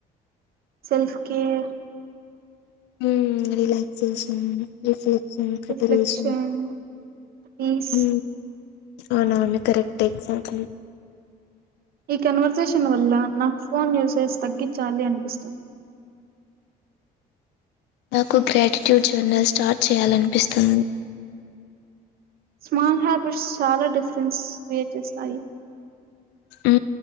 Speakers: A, on the right; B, on the left.
A: సెల్ఫ్ కేర్
B: ఊ రిలాక్సేషన్ <unintelligible> <unintelligible> ప్రిపరేషన్
A: రిఫ్లెక్షన్ పీస్
B: ఉ అవునవును కరెక్టే ఎక్జాక్ట్లీ
A: ఈ కన్వర్సేషన్ వల్ల <unintelligible> ఫోన్ యూసేజ్ తగ్గిచ్చాలి అనిపిస్తుంది
B: నాకు గ్రాటిట్యూడ్ జర్నల్ స్టార్ట్ చేయాలనిపిస్తుంది
A: స్మాల్ హ్యాబిట్స్ చాల డిఫరెన్స్ క్రియేట్ చేస్తాయి
B: ఊ